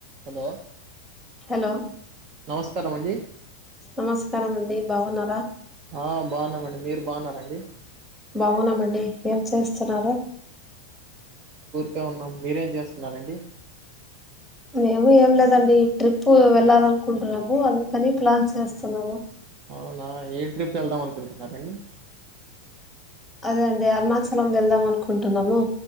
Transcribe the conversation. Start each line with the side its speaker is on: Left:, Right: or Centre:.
Right: Hello
Centre: hello
Right: నమస్కారం అండి
Centre: నమస్కారం అండి బాగున్నారా
Right: ఆ బాగున్నామండి మీరు బాగున్నారా అండి
Centre: బాగున్నామండి ఏం చేస్తున్నారు
Right: కె ఉన్నాం మీరేం చేస్తున్నారండి
Centre: మేము ఏం లేదండి ఈ ట్రిప్ వెళ్ళాల అనుకుంటున్నాము అందుకని ప్లాన్స్ వేస్తున్నాము
Right: అవునా ఏ ట్రిప్ వెళ్దాం అనుకుంటున్నారండి
Centre: అదే అండి అరుణాచలం వెళ్దాం అనుకుంటున్నాము